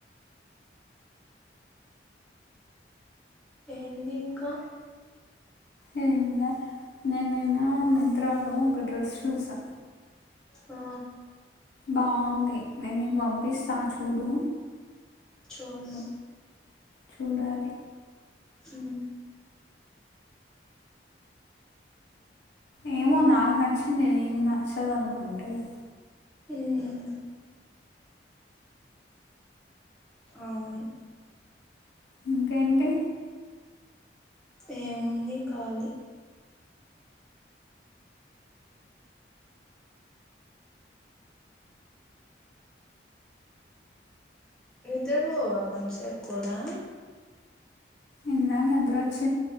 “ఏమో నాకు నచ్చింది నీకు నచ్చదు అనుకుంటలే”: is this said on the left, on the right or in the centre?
Left